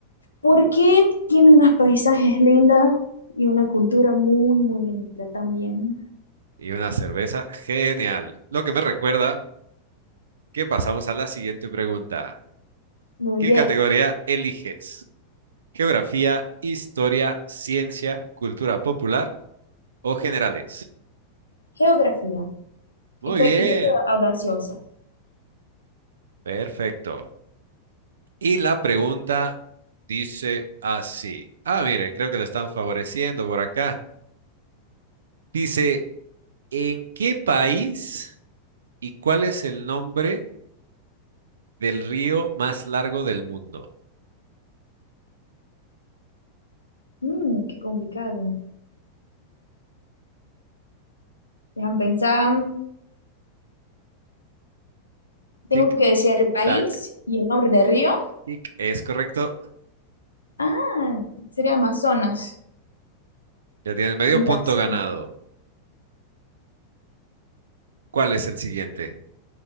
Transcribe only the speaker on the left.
¿Por qué tiene unos paisajes lindos y una cultura muy, muy linda también?
Muy
bien.
Geografía.
Estoy,
yo estoy audaciosa.
Mm, qué complicado. Déjame pensar. Tengo
que decir el país
y el nombre del río.
Ah, sería Amazonas,
en
Brasil.